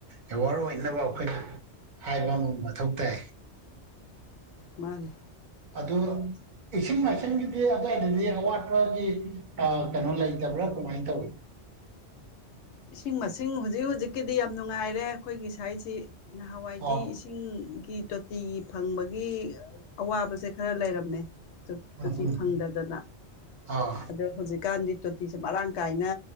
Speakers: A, on the right; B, on the left.
A: ꯑꯦꯋꯥꯔ ꯑꯣꯏꯅꯕ ꯑꯩꯈꯣꯏꯅ ꯍꯥꯏꯕ ꯑꯃ ꯃꯊꯧ ꯇꯥꯏ
B: ꯃꯥꯅꯦ
A: ꯑꯗꯨ ꯏꯁꯤꯡ ꯃꯥꯏꯁꯤꯡꯒꯤꯗꯤ ꯑꯗꯨꯋꯥꯏꯗꯗꯤ ꯑꯋꯥꯠꯄꯒꯤ ꯀꯩꯅꯣ ꯂꯩꯇꯕ꯭ꯔꯥ ꯀꯃꯥꯏꯅ ꯇꯧꯋꯤ
B: ꯏꯁꯤꯡ ꯃꯁꯤꯡ ꯍꯧꯖꯤꯛ ꯍꯧꯖꯤꯛꯀꯤꯗꯤ ꯌꯥꯝ ꯅꯨꯡꯉꯥꯏꯔꯦ ꯑꯩꯈꯣꯏꯒꯤ ꯁꯥꯏꯁꯤ ꯅꯍꯥꯟꯋꯥꯏꯗꯤ
A: ꯑꯣ
B: ꯏꯁꯤꯡꯒꯤ ꯇꯣꯇꯤ ꯇꯤ ꯐꯪꯕꯒꯤ ꯑꯋꯥꯕꯁꯦ ꯈꯔ ꯂꯩꯔꯝꯃꯦ
A: ꯎꯝ
B: ꯇꯣꯊꯤ
A: ꯎꯝ
B: ꯐꯪꯗꯗꯅ
A: ꯑꯥ
B: ꯑꯗꯣ ꯍꯧꯖꯤꯛꯀꯥꯟꯗꯤ ꯇꯣꯇꯤꯁꯦ ꯃꯔꯥꯡ ꯀꯥꯏꯅ